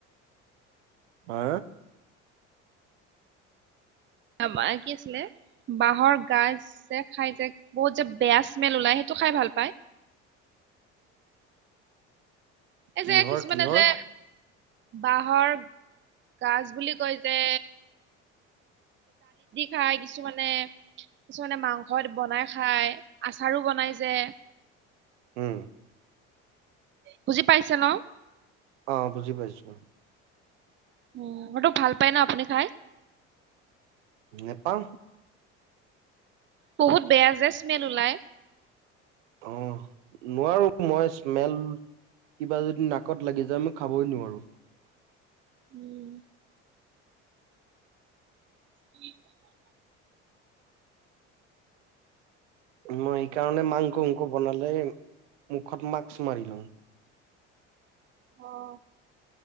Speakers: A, on the right; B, on the right.
A: ভা
B: আ মায়ে কি আছিলে? বাঁহৰ গাজ যে খাই যে বহুত যে বেয়া স্মেল ওলাই সেইটো খাই ভাল পায়। এ
A: কিহৰ
B: যে কিছুমানে
A: কিহৰ
B: যে বাঁহৰ গাজ বুলি কয় যে খাই কিছুমানে, কিছুমানে মাংসত বনাই খায়, আচাৰো বনাই যে
A: উম
B: বুজি পাইছে ন?
A: অ বুজি পাইছো।
B: উম, সেইটো ভাল পাই ন আপুনি খায়?
A: নেপাম।
B: বহুত বেয়া যে স্মেল ওলাই। <inaudible>
A: অ নোৱাৰো মই স্মেল, কিবা যদি নাকত লাগি যায় মই খাবই নোৱাৰো।
B: উম। <inaudible>
A: মই সেইকাৰণে মাংস অংস বনালে মুখত মাক্স মাৰি লওঁ।
B: অহ।